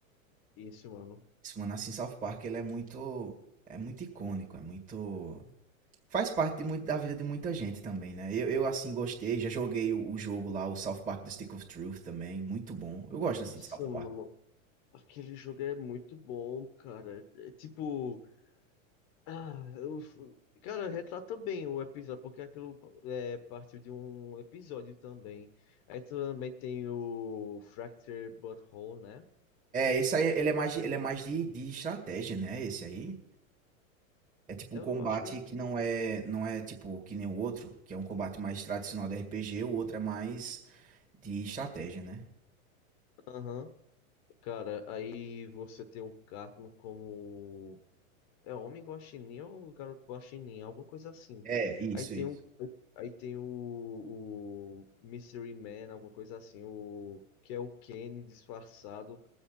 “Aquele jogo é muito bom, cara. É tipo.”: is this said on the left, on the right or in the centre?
Left